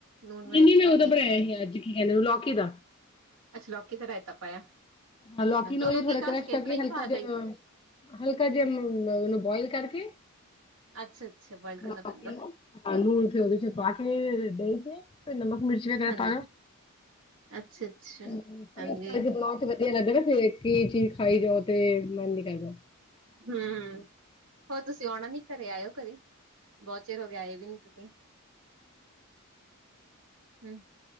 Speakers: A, on the right; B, on the left.
A: ਲੂਣ
B: ਨਹੀਂ
A: ਮਿਰਚ
B: ਨਹੀਂ ਮੈਂ
A: ਪਾ
B: ਉਹਦਾ
A: ਕੇ
B: ਬਣਾਇਆ ਸੀ ਅੱਜ ਕੀ ਕਹਿੰਦੇ ਉਹਨੂੰ ਲੌਕੀ ਦਾ।
A: ਅੱਛਾ ਲੌਕੀ ਦਾ ਰਾਇਤਾ ਪਾਇਆ।
B: ਹਾਂ
A: ਅੱਛਾ
B: ਲੌਕੀ
A: ਤੇ
B: ਨੂੰ
A: ਉਹਨੂੰ
B: ਵੀ ਥੋੜਾ
A: ਕੀ ਘਸ
B: ਕਰੈਸ਼
A: ਕੇ
B: ਕਰਕੇ
A: ਇਸ ਤਰ੍ਹਾਂ ਹੀ
B: ਹਲਕਾ
A: ਪਾ
B: ਜਿਹਾ
A: ਦਈ
B: ਅਹ। ਹਲਕਾ ਜਿਹਾ ਉਹਨੂੰ ਬੁਆਇਲ ਕਰਕੇ।
A: ਅੱਛਾ ਅੱਛਾ ਬੋਇਲ ਕਰਨਾ
B: ਬਣਾ
A: ਪੈਂਦਾ
B: ਕੇ ਨਾ ਆਲੂ ਉਹ 'ਚ ਨਾ ਕੇ ਨਾ ਦਹੀਂ 'ਚ। ਉਸ 'ਚ ਨਮਕ, ਮਿਰਚ ਵਗੈਰਾ
A: ਹਾਂਜੀ
B: ਪਾ ਲੋ
A: ਅੱਛਾ-ਅੱਛਾ,
B: ਹੂੰ
A: ਹਾਂਜੀ
B: ਇਸ ਕਰਕੇ ਬਣਾਉ ਕਿ ਫੇਰ। ਵਧੀਆ ਲੱਗਦਾ ਨਾ ਫਿਰ ਇੱਕ ਚੀਜ਼ ਖਾਈ ਜਾਓ ਤੇ ਮਨ ਨੀ ਕਰਦਾ।
A: ਹੂੰ ਹੋਰ ਤੁਸੀਂ ਆਉਣਾ ਨੀ ਘਰੇ ਆਇਓ ਘਰੇ। ਬਹੁਤ ਚਿਰ ਹੋ ਗਿਆ ਆਏ ਵੀ ਨੀ ਤੁਸੀਂ ਹੂੰ।